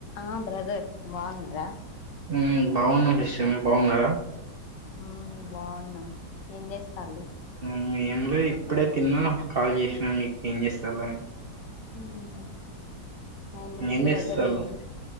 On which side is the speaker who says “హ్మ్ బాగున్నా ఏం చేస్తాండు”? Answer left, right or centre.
Left